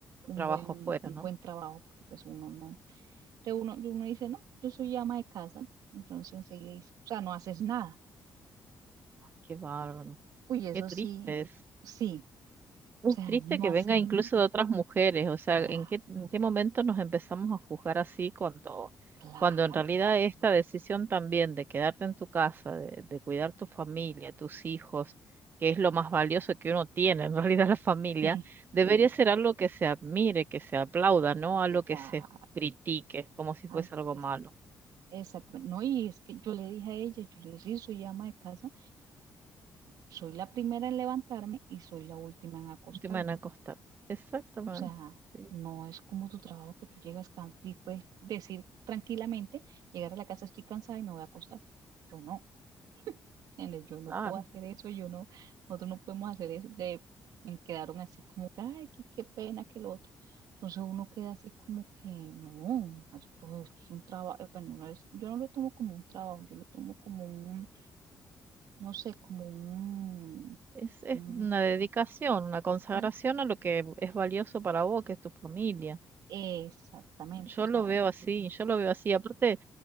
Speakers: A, on the right; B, on the right.
A: un
B: trabajo
A: buen,
B: afuera,
A: un
B: ¿no?
A: buen trabajo, porque pues uno no, entonces uno, y uno dice, no, yo soy ama de casa, entonces enseguida dice, o sea, no haces nada.
B: Qué bárbaro,
A: Uy, eso
B: qué triste
A: sí,
B: es.
A: sí,
B: Es
A: o sea,
B: triste
A: no
B: que
A: hacer
B: venga incluso
A: nada,
B: de otras mujeres, o sea,
A: claro,
B: ¿en qué, en qué momento nos empezamos a juzgar así cuando,
A: claro,
B: cuando en realidad esta decisión también de quedarte en tu casa, de, de cuidar tu familia, tus hijos, que es lo más valioso que uno tiene, en <laughs> realidad la familia,
A: sí,
B: debería
A: sí,
B: ser algo que se admire, que se aplauda, no algo
A: sí, claro,
B: que se critique como si
A: algo
B: fuese algo
A: que
B: malo.
A: sí. Exacto. No, y es que yo le dije a ella, yo le dije, sí, soy ama de casa, soy la primera en levantarme y soy la última en acostarme.
B: No te van a costar. Exactamente.
A: O sea,
B: Sí,
A: no es como tu trabajo que tú llegas can- y puedes decir tranquilamente, llegar a la casa estoy cansada y me voy a acostar. Yo no, ¿entiendes? Yo no
B: claro.
A: puedo hacer eso, yo no, nosotros no podemos hacer eso. De, y quedaron así como que, ay, qué, qué pena que lo otro. Entonces uno queda así como que, no, esto, esto es un trabajo, bueno, no es, yo no lo tomo como un trabajo, yo lo tomo como un no sé, como un,
B: Es, es
A: un-
B: una dedicación, una consagración
A: una,
B: a lo que es valioso para vos, que es tu familia.
A: exactamente,
B: Yo
A: o sea,
B: lo veo así, yo lo veo así. Aparte,